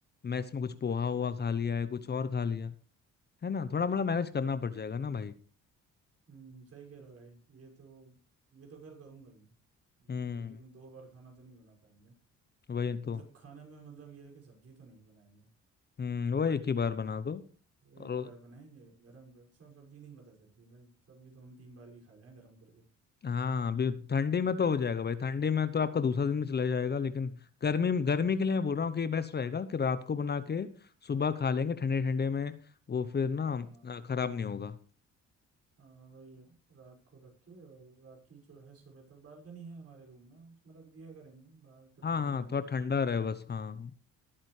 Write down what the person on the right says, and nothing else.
ठीक
हम्म सही कह रहे हो भाई ये तो ये तो खैर करूंगा ही मैं हम्म,
क्योंकि दो बार खाना तो नहीं बना पाएंगे
मतलब खाने में मतलब ये है कि सब्जी तो नहीं बनाएंगे
एक
बार बनाएंगे गरम कर सब सब्जी नहीं पता चलती भाई सब्जी तो हम तीन बार भी खा जाएं गरम करके
मेन
हाँ हाँ हाँ
हाँ वही है रात को रख के और रात की जो है सुबह तक बालकनी है हमारे रूम में उसमें रख दिया करेंगे बाहर तो
ठंडी
बनी
रहेगी